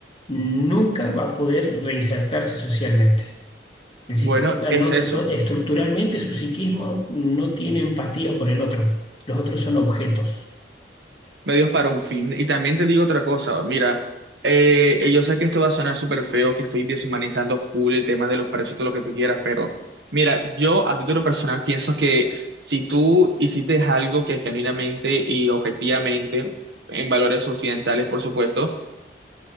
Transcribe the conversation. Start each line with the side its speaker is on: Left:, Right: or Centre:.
Left: nunca va a poder reinsertarse socialmente. El psicópata
Right: Bueno, es
Left: no,
Right: eso,
Left: no- estructuralmente su psiquismo no tiene empatía por el otro. Los otros son objetos.
Right: medios para un fin. Y también te digo otra cosa, mira, eh, yo sé que esto va a sonar súper feo, que estoy deshumanizando full el tema de los precios y todo lo que tú quieras, pero mira, yo a título personal pienso que si tú hiciste algo que genuinamente y objetivamente, en valores occidentales, por supuesto,